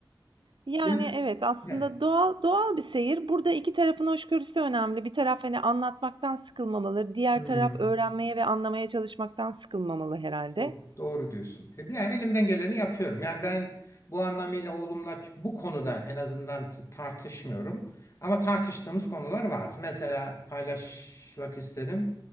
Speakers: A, on the right; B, on the left.
A: Yani,
B: Yani
A: evet, aslında
B: Ne?
A: doğal doğal bir seyir. Burada 2 tarafın hoşgörüsü önemli. Bir taraf, hani, anlatmaktan sıkılmamalı, diğer
B: hmm,
A: taraf öğrenmeye ve anlamaya çalışmaktan sıkılmamalı herhalde.
B: Doğru, doğru diyorsun. E, Yani elimden geleni yapıyorum. Yani ben bu anlamıyla oğlumla bu konuda en azından t- tartışmıyorum. Ama tartıştığımız konular var. Mesela paylaşmak isterim.